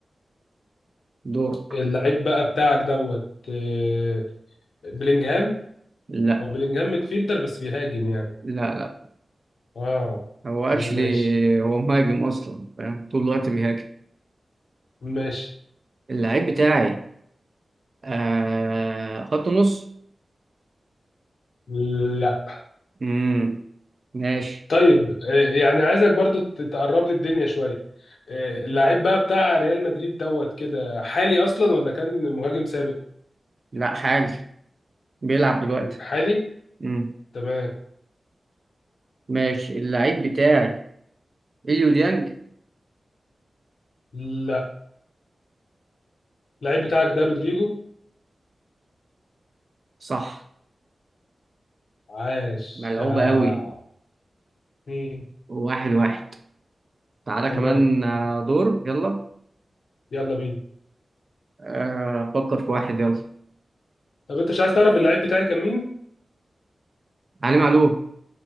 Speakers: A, on the right; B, on the left.
A: دورك
B: اللعيب بقى بتاعك دوت آه، بلينجهام
A: لا
B: هو بلينجهام ميدفيلدر بس بيهاجم يعني
A: لا لا
B: اه
A: هو اكشلي
B: ماشي
A: هو مهاجم اصلا فاهم طول الوقت بيهاجم
B: ماشي
A: اللعيب بتاعي آه خط نص
B: لا
A: امم ماشي
B: طيب آه، يعني عايزك برضو ت- تقرب لي الدنيا شوية آه، اللعيب بقى بتاع ريال مدريد دوت كده حالي اصلا ولا كان مهاجم سابق
A: لا حالي بيلعب دلوقتي
B: حالي
A: امم
B: تمام
A: ماشي اللعيب بتاعي اليو ديانج
B: لا اللعيب بتاعك ده رودريجو
A: صح
B: عاش
A: ملعوبة
B: آه.
A: قوي
B: مم.
A: واحد واحد تعالى
B: تمام
A: كمان آه، دور يلا
B: يلا بينا
A: آه، فكر في واحد يلا
B: طب انت مش عايز تعرف اللعيب بتاعي كان مين
A: علي معلول